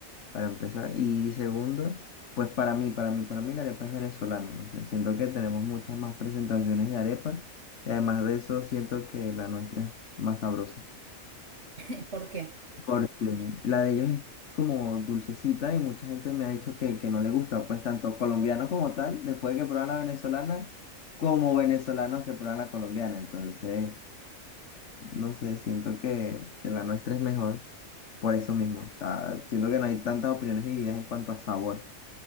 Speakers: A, on the left (about 60°); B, on the right (about 55°).
A: para empezar. Y segundo, pues para mí, para mí, para mí la arepa es venezolana. No sé, siento que tenemos muchas más presentaciones de arepa. Y además de eso, siento que la nuestra es más sabrosa.
B: Eh, ¿Por qué?
A: Porque la de ellos es como dulcecita y mucha gente me ha dicho que, que no le gusta. Pues tanto colombianos como tal, después de que prueban la venezolana, como venezolanos que prueban la colombiana. Entonces no sé, siento que, que la nuestra es mejor por eso mismo. O sea, siento que no hay tantas opiniones divididas en cuanto a sabor.